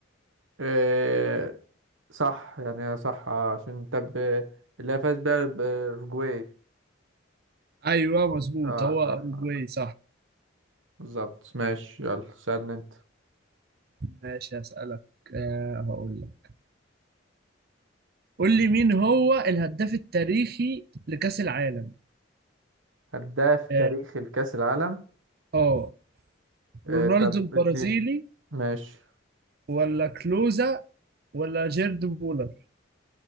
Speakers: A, on the right (about 85°); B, on the right (about 50°).
A: إيه صح يعني هي صح آه، عشان طب آه، اللي هي فاز بيها بأورجواي
B: ايوه مظبوط
A: اه
B: هو
A: صح
B: اوروجواي
A: آه،
B: صح
A: بالظبط ماشي يلا سألني انت
B: ماشي هسألك آه هقول لك قول لي مين هو الهداف التاريخي لكأس العالم
A: هداف
B: اه
A: تاريخ الكأس العالم
B: آه،
A: إيه
B: رونالدو
A: طب
B: البرازيلي
A: اديني ماشي
B: ولا كلوزا ولا جيرد مولر